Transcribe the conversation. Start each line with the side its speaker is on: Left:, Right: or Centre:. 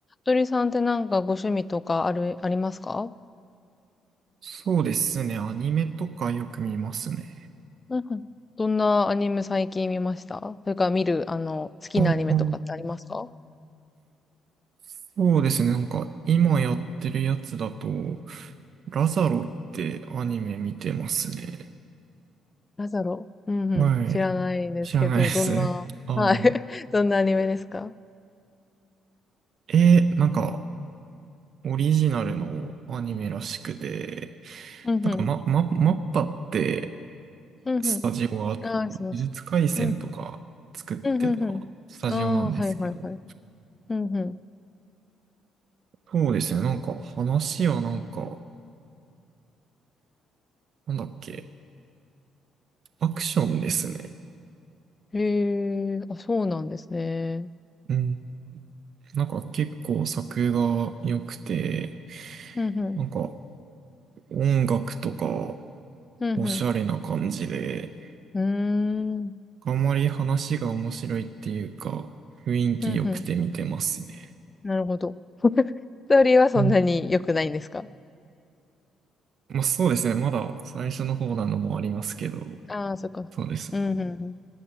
Left: とりさんってなんかご趣味とかある、ありますか
Right: そうですね。アニメとかよく見ますね。
Left: うんうんどんなアニメ最近見ましたそれから見る、あの、好きなアニメとかってありますか
Right: あ、うんそうですね。なんか、今やってるやつだと、ラザロってアニメ見てますね。
Left: なんだろう。うんうん。
Right: はい。
Left: 知らないですけど、
Right: 知らないです。
Left: どんな、
Right: ああ。
Left: はい。<laughs> どんなアニメですか
Right: えーなんか、オリジナルのアニメらしくて、
Left: うんうん。
Right: なんか、ま、ま、マッパって、
Left: うんうん。
Right: スタジオが、呪術廻戦とか作ってたスタジオなんですけど、
Left: ああ、します。うん。うんうんうん。ああ、はいはいはい。うんうん。
Right: そうですね。なんか、話はなんか、なんだっけ。アクションですね。
Left: へえ、あ、そうなんですね。
Right: うん。なんか結構作が良くて、
Left: うんうん。
Right: なんか音楽とか
Left: うんうん。
Right: おしゃれな感じで、
Left: うーん。
Right: あんまり話が面白いっていうか、雰囲気良くて見てますね。
Left: うんうん。なるほど。ストーリーはそんなに良くないんですか
Right: うんまあそうですね。まだ最初の方なのもありますけど、
Left: ああ、そっかそっか。
Right: そうです。
Left: うん、うん、うん。